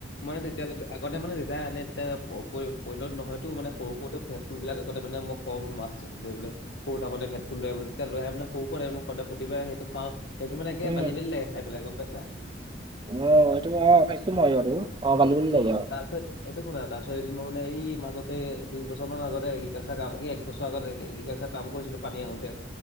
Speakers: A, on the left; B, on the right.
A: মানে তেতিয়ালৈকে আগতে মানে দেউতাই আনে তেতিয়া প প পৰিণত নহয়তো মানে সৰু সৰুতে ভেট ফুলবিলাক আগতে মানে মই কম মাছ ধৰিবলে সৰু থাকোতে ভেদ ফুল লৈ আহিব বুলি তেতিয়া লৈ আহে ম‌ই সৰু সোৰা টাইমত মোক সদায় প্ৰতিবাই আহে সেইটো খাওঁ। সেইটো মানে একে
B: উম
A: বালি বালি লাগে খাই পেলাই গম পাইছা।
B: অ এইটো অ খাইছো মই আৰু অ বালি বালি লাগে অ
A: তাৰপিছত এইটো শুনা তাৰপিছত এদিন মই মানে এই মাজতে দুই বছৰ মান আগতে এগ্ৰিকালচাৰ কাম বছৰ আগত এগ্ৰিকালচাৰ কাম কৰিছিলো পানী আহোতে